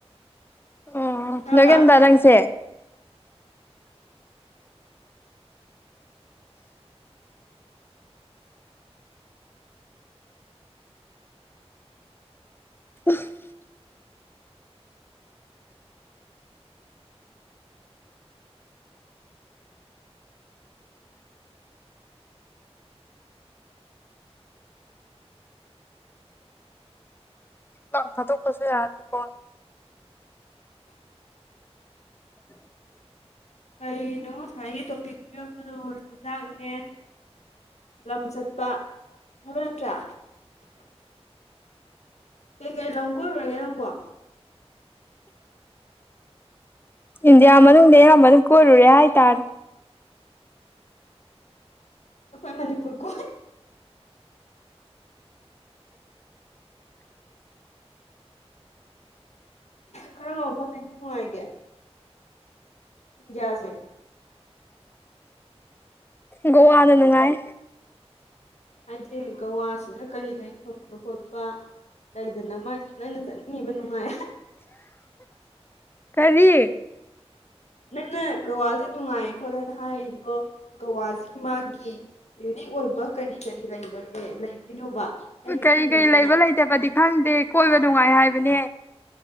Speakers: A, on the left; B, on the left.
A: ꯑꯣ
B: ꯈꯪꯉꯕ
A: ꯅꯣꯏꯒꯟꯕ ꯅꯪꯁꯦ <unintelligible>
B: <inaudible>
A: ꯂꯥꯎꯗ ꯊꯥꯗꯣꯛꯄꯁꯨ ꯌꯥꯗꯦꯀꯣ <inaudible>
B: ꯀꯩꯅꯣ ꯉꯁꯥꯏꯒꯤ ꯇꯣꯄꯤꯛ ꯄꯤꯔꯛꯄꯗꯣ ꯆꯤꯟꯖꯥꯛꯅꯦ ꯂꯝ ꯆꯠꯄ ꯍꯥꯏꯕ ꯅꯠꯇ꯭ꯔꯥ ꯀꯩ ꯀꯩ ꯂꯝ ꯀꯣꯏꯔꯨꯔꯒꯦ ꯅꯪꯕꯣ
A: ꯏꯟꯗꯤꯌꯥ ꯃꯅꯨꯡꯗꯤ ꯑꯌꯥꯝꯕꯅ ꯀꯣꯏꯔꯨꯔꯦ ꯍꯥꯏꯇꯥꯔꯦ
B: ꯑꯩꯈꯣꯏ ꯃꯅꯤꯄꯨꯔ ꯀꯣꯏ ꯀꯔꯝꯕ ꯃꯐꯝ ꯅꯨꯡꯉꯥꯏꯒꯦ ꯗ꯭ꯌꯥꯁꯦ
A: ꯒꯧꯋꯥꯅ ꯅꯨꯡꯉꯥꯏ
B: ꯍꯥꯏꯗꯤ ꯒꯧꯋꯥꯁꯤꯗ ꯀꯔꯤ ꯀꯔꯤ ꯐꯪꯕ ꯈꯣꯠꯄ ꯂꯩꯗꯅ ꯃꯥꯏ ꯅꯪꯅ ꯆꯠꯅꯤꯡꯉꯤꯕ ꯅꯨꯡꯉꯥꯏ
A: ꯀꯔꯤ
B: ꯃꯤꯅ ꯒꯧꯋꯥꯁꯦ ꯅꯨꯡꯉꯥꯏꯌꯦ ꯈꯣꯠꯂꯦꯅ ꯍꯥꯏꯔꯤꯗꯣ ꯒꯋꯥꯁꯤꯒꯤ ꯃꯥꯒꯤ ꯌꯨꯅꯤꯛ ꯑꯣꯏꯕ ꯀꯔꯤ ꯀꯔꯤ ꯂꯩꯕꯒꯦ ꯂꯩꯕꯩꯅꯣꯕ ꯑꯩꯗꯤ
A: ꯀꯔꯤ
B: ꯈꯪꯗꯕꯅꯤꯅ
A: ꯀꯔꯤ ꯂꯩꯕ ꯂꯩꯇꯕꯗꯤ ꯈꯪꯗꯦ ꯀꯣꯏꯕ ꯅꯨꯡꯉꯥꯏ ꯍꯥꯏꯕꯅꯦ